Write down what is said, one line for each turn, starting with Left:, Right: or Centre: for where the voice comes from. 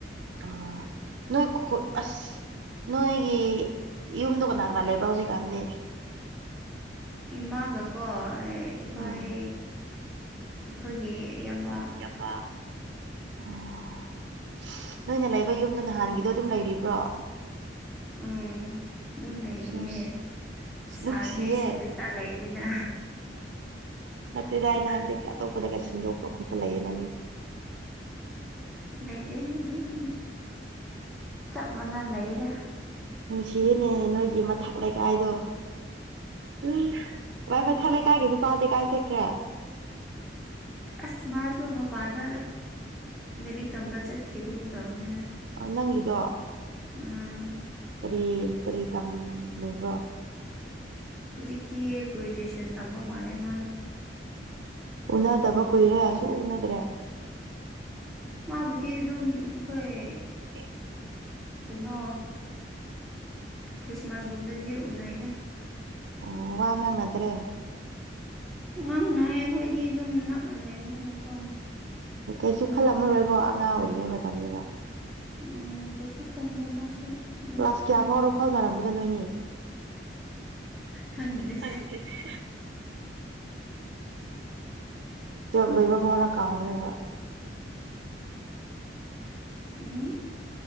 Right: ꯑ ꯅꯣꯏ ꯈꯨꯠ ꯑꯁ ꯅꯣꯏꯒꯤ ꯌꯨꯝꯗꯣ ꯀꯅꯥ ꯀꯅꯥ ꯂꯩꯕ꯭ꯔꯣ ꯍꯧꯖꯤꯛꯀꯥꯟꯗꯤ
Centre: ꯏꯃꯥꯒꯀꯣ ꯑꯩꯈꯣꯏ__
Right: ꯎꯝ
Centre: ꯑꯩꯈꯣꯏꯒꯤ ꯏꯌꯥꯝꯕ
Right: <unintelligible> ꯅꯣꯏꯅ ꯂꯩꯕ ꯌꯨꯝꯗꯣ ꯅꯍꯥꯟꯒꯤꯗꯣ ꯑꯗꯨꯝ ꯂꯩꯔꯤꯕ꯭ꯔꯣ
Centre: ꯎꯝ ꯑꯗꯨꯝ ꯂꯩꯔꯤꯌꯦ
Right: ꯅꯨꯡꯁꯤ
Centre: ꯁꯥꯅꯤꯉꯥꯏꯁꯨ
Right: ꯅꯨꯡꯁꯤꯌꯦ
Centre: ꯄꯩꯁꯥ ꯁꯥ ꯂꯩꯔꯤꯅ
Right: ꯅꯠꯇꯦꯗ ꯑꯩꯅ ꯍꯥꯏꯕꯗꯤ ꯑꯇꯣꯞꯄꯗꯒ ꯁꯤꯟꯗꯣꯛꯄ ꯈꯣꯠꯄ ꯂꯩꯌꯦꯅ ꯃꯤ
Centre: ꯂꯩꯇꯦ ꯗꯨꯝ ꯆꯞ ꯃꯥꯟꯅ ꯂꯩꯌꯦꯗ
Right: ꯅꯨꯡꯁꯤꯌꯦꯅꯦ ꯅꯣꯏꯒꯤ ꯃꯊꯛ ꯂꯩꯀꯥꯏꯗꯣ ꯎꯝ ꯋꯥꯏ ꯃꯊꯥ ꯂꯩꯀꯥꯏꯒꯤ ꯅꯨꯄꯥꯗꯤ ꯀꯥꯏ ꯆꯠꯈ꯭ꯔꯦ
Centre: ꯑꯁ ꯃꯥꯁꯨ ꯃꯄꯥꯟꯗ ꯂꯥꯏꯔꯤꯛ ꯇꯝꯕ ꯆꯠꯈꯤꯕꯒꯨꯝ ꯇꯧꯕꯅꯤꯗ
Right: ꯅꯪꯒꯤꯗꯣ
Centre: ꯎꯝ
Right: ꯀꯔꯤ ꯀꯔꯤ ꯇꯝꯃꯤꯕ꯭ꯔꯣ
Centre: ꯍꯧꯖꯤꯛꯇꯤ ꯒ꯭ꯔꯦꯖꯨꯑꯦꯁꯟ ꯇꯝꯕ ꯃꯥꯜꯂꯦ ꯃꯥꯗꫭ
Right: ꯎꯅꯗꯕ ꯀꯨꯏꯔꯦ ꯁꯨꯎ ꯎꯅꯗ꯭ꯔꯦ
Centre: ꯃꯥꯕꯨꯗꯤ ꯑꯗꯨꯝ ꯑꯩꯈꯣꯏ
Right: ꯍ <unintelligible>
Centre: ꯇꯤꯅꯣ ꯈ꯭ꯔꯤꯁꯃꯥꯁꯒꯨꯝꯕꯗꯤ ꯎꯅꯩꯗ
Right: ꯑꯣ ꯋꯥ ꯉꯥꯡꯅꯗ꯭ꯔꯦ
Centre: ꯉꯥꯡꯅꯩ ꯑꯩꯈꯣꯏꯗꯤ ꯑꯗꯨꯝ ꯅꯛꯅ ꯂꯩꯕꯅꯤꯅꯀꯣ
Right: ꯀꯩꯁꯨ ꯈꯜꯂꯝꯃꯔꯣꯏꯀꯣ ꯑꯉꯥꯡ ꯑꯣꯏꯔꯤꯉꯩ ꯃꯇꯝꯅꯤꯅ
Centre: ꯎꯝ ꯀꯩꯁꯨ ꯈꯟꯗ꯭ꯔꯦ ꯃꯥꯁꯨ ꯑꯗꯨꯝ
Right: ꯀ꯭ꯂꯥꯁ ꯀꯌꯥ ꯐꯥꯎꯔꯣ ꯐꯥꯎꯅꯔꯝꯕꯗꯣ ꯅꯣꯏꯅꯤ
Centre: ꯈꯪꯗ꯭ꯔꯤ
Right: ꯈꯪꯗꯔꯤ ꯇꯨꯋꯦꯜ ꯂꯣꯏꯕ ꯐꯥꯎꯔ ꯀꯥꯎꯈ꯭ꯔꯦꯕ
Centre: ꯎꯝ